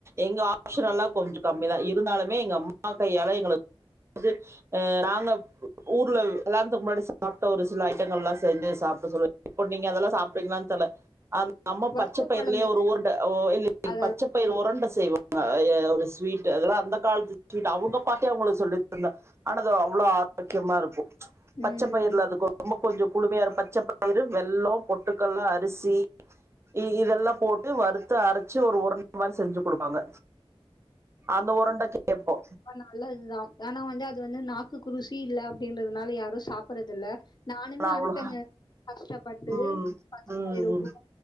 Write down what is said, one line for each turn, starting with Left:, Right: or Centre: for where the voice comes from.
Right: எங்க ஆப்சனெல்லா கொஞ்ச கம்மிதா இருந்தாலுமே எங்க அம்மா கையால எங்களு வந்து ஆ நாங்க ஊர்ல எல்லா வரதுக்கு முன்னாடி சாப்புட்டா ஒரு சில ஐட்டங்கள் எல்லா செஞ்சு சாப்புடா சொல்லி இப்ப நீங்க அத எல்லா சாப்புடுவிங்களானு தெர்ல அந் நம்ம
Left: வத்த
Right: பச்சை பயிரலயே
Left: குழம்பு
Right: ஒரு உருண்டா ஓ இல்லாங்
Left: அதெல்லாம்
Right: பச்சைப்பயிர்
Left: நல்லாருக்கும்.
Right: உருண்ட செய்வே ஆ ஏ ஒரு ஸ்வீட் அத எல்லா அந்த காலத்து ஸ்வீட் அவுங்க பாட்டி அவுங்களுக்கு சொல்லி தந்தா அட அது அவ்வுளே ஆரோக்கியமா இருக்கு பச்சை
Left: ம்.
Right: பயிர்ல அதுக்கு ரொம்ப கொஞ்சே குளுமையா இரு பச்சை பயிரு வெள்ளம் பொட்டுக்கடல அரிசி இ இத எல்லா போட்டு வறுத்து அரைச்சு ஒரு உருண்டா மாறி செஞ்சு கொடுப்பாங்க அந்த உருண்டைக்கு கேப்போ
Left: நல்லது தா ஆனா வந்து அது வந்து நாக்கு குருசி இல்ல அப்புடின்றது னால யாரு சாப்ப பறது இல்ல நானுமே
Right: நான் அவ்வளோ
Left: அரை பங்க கஷ்டப்பட்டு
Right: ம்
Left: பச்சப்பயிர
Right: ம்
Left: ஊற